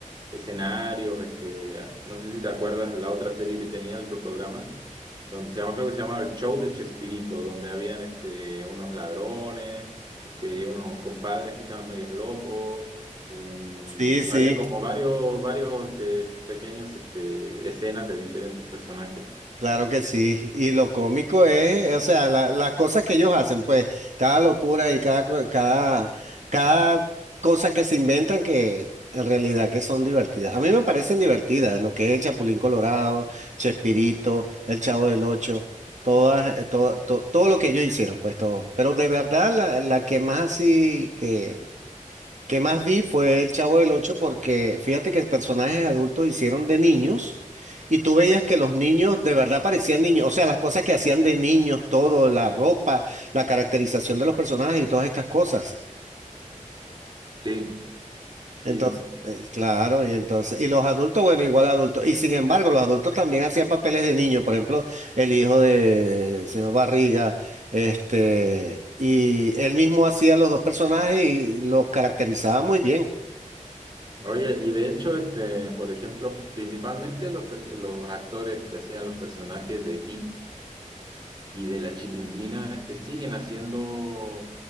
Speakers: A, on the right; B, on the right.
A: escenarios, este, no sé si te acuerdas la otra serie que tenía el otro programa, donde se llama, creo que se llamaba El Show de Chespirito, donde habían este, unos ladrones, este, unos compadres que estaban medios locos, eh,
B: Sí, sí,
A: habían como varios, varios este, pequeños este, escenas de diferentes personajes.
B: Claro que sí, y lo cómico es, o sea, la- las cosas que ellos hacen, pues cada locura y cada, co- cada, cada cosa que se inventan que en realidad que son divertidas. A mí me parecen divertidas, lo que es el Chapulín Colorado, Chespirito, el Chavo del Ocho, todas, eh, todo, to- todo lo que ellos hicieron, pues todo. Pero de verdad, la, la que más así que que más vi fue El Chavo del Ocho porque fíjate que personajes adultos hicieron de niños y tú veías que los niños de verdad parecían niños, o sea, las cosas que hacían de niños, todo, la ropa, la caracterización de los personajes y todas estas cosas.
A: Sí, sí.
B: Entonces, eh, claro, y entonces, y los adultos, bueno, igual adultos, y sin embargo, los adultos también hacían papeles de niños, por ejemplo, el hijo de señor Barriga, este, y él mismo hacía los dos personajes y los caracterizaba muy bien.
A: Oye, y de hecho, este, por ejemplo, principalmente los, pers- los actores que hacían los personajes de Kiko Y de la Chilindrina, este, siguen haciendo